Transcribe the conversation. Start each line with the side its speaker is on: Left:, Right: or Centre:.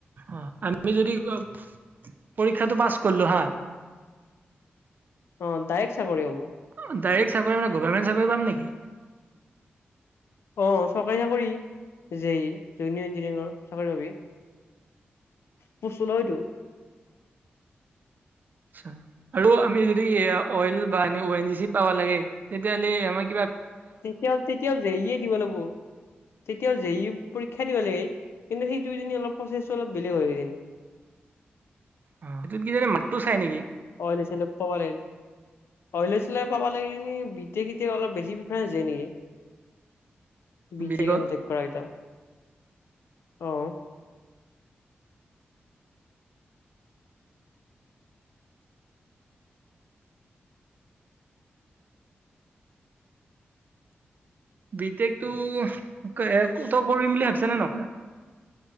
Right: অঁ! আমি যদি অ পৰীক্ষাটো পাছ কৰিলোঁ হা।
Left: অঁ! ডাইৰেক্ট চাকৰি হ'ব।
Right: অঁ! ডাইৰেক্ট চাকৰি মানে গভৰ্ণমেণ্ট চাকৰি পাম নেকি?
Left: অ! চৰকাৰী চাকৰি জেই জুনিয়ৰ ইঞ্জিনিয়াৰিঙৰ চাকৰি পাবি। পোষ্ট ওলাইটো।
Right: আচ্ছা আৰু আমি যদি অইল বা এনেও অএনজিচি পাব লাগে তেতিয়াহ'লে আমাক
Left: তেতিয়াও-তেতিয়াও জে য়ি এ দিব লাগিব। তেতিয়াও জে ই পৰীক্ষা দিব লাগে কিন্তু সেইটো কিজানি অলপ প্ৰচেছটো অলপ বেলেগ হয় কিজানি।
Right: অঁ! সেইটোত কিজানি মাৰ্কটো চাই নেকি?
Left: অইলে-চইলে পাব লাগিল। অইলে-চইলে পাব লাগিলে কিজানি বিটেক-চিটেক অলপ বেছি হয় যে নেকি? বিতেক,
Right: বি টেকত?
Left: এমতেক কৰা কেইটাও অঁ।
Right: বিটেকটো <unintelligible> তই কৰিম বুলি ভাবিছা নে নকৰা?